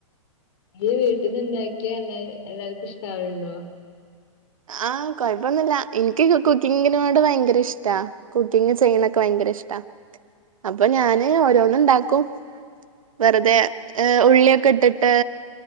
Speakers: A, on the left; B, on the right.
A: വീട്ടിനിന്ന് ഉണ്ടാക്കിയാ എല്ലാ എല്ലാർക്കും ഇഷ്ടാവലുണ്ടോ
B: ആ കൊഴപ്പൊന്നുമില്ല എനിക്ക് കുക്കിങ്ങിനോട് ഭയങ്കര ഇഷ്ട കുക്കിങ് ചെയ്യണൊക്കെ ഭയങ്കര ഇഷ്ടാ അപ്പൊ ഞാന് ഓരോന്നും ഇണ്ടാക്കും വെറുതെ ഉള്ളിയൊക്കെ ഇട്ടിട്ട്